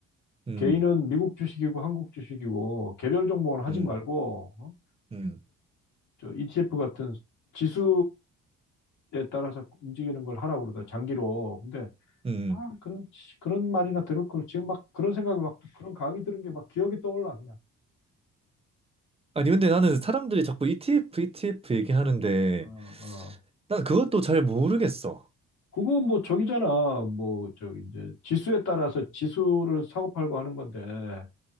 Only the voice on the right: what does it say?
음,
음,
음,
음.
아니, 근데 나는 사람들이 자꾸 ETF, ETF 얘기하는데,
난 그것도 잘 모르겠어.